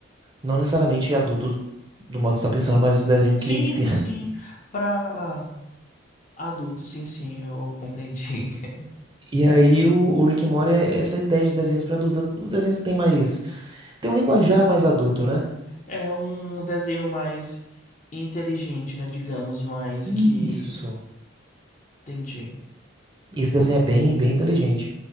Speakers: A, on the right; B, on the left.
A: não necessariamente adultos do modo que você está pensando, mas desenho
B: Sim,
A: que, que tem
B: sim. Para adultos, sim, sim, eu compreendi. <laughs>
A: E aí o, o Rick and Morty é essa ideia de desenhos para adultos. Os desenhos têm mais, tem um linguajar mais adulto, né?
B: É um desenho mais inteligente, né? Digamos, mais
A: Isso.
B: que. Entendi.
A: Esse desenho é bem, bem inteligente.